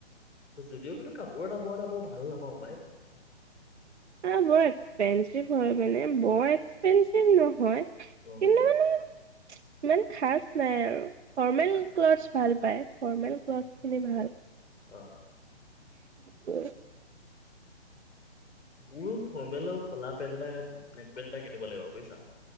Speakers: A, on the left (about 80°); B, on the right (about 75°).
A: যুডীঅ' কিন্তু কাপোৰ এটা বৰ এটা ভাল নাপাওঁ পাই
B: অ' বৰ এক্সপেঞ্চিভ হয় মানে বৰ এক্সপেঞ্চিভ নহয়।
A: অ'
B: কিন্তু
A: অ'
B: মানে ইমান খাজ নাই আৰু। ফৰ্মেল
A: লিখা আছে
B: ক্লথছ ভাল পায়। ফৰ্মেল ক্লথ খিনি ভাল।
A: অ'
B: উ,
A: মোৰ ফৰ্মেলৰ কলা পেণ্ট এটা ব্লেক পেন্ট এটা। কিনিব লাগিব বুইছা।